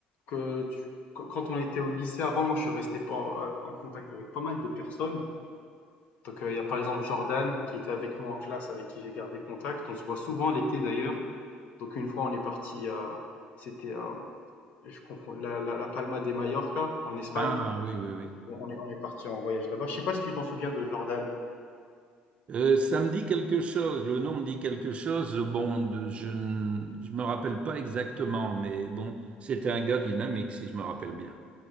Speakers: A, on the left; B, on the right.
A: que tu- quand quand on était au lycée avant, moi, je suis resté pas en en contact avec pas mal de personnes. Donc il euh, y a par exemple Jordan qui était avec nous en classe, avec qui j'ai gardé contact. On se voit souvent l'été d'ailleurs. Donc une fois on est parti à, c'était à, je confonds, la, la, la Palma de Mallorca en Espagne.
B: ah, oui, oui, oui.
A: On est, on est parti en voyage là-bas. Je sais pas si tu t'en souviens de Jordan.
B: Euh, ça me dit quelque chose, le nom me dit quelque chose. Bon, de- je ne je me rappelle pas exactement, mais bon, c'était un gars dynamique, si je me rappelle bien.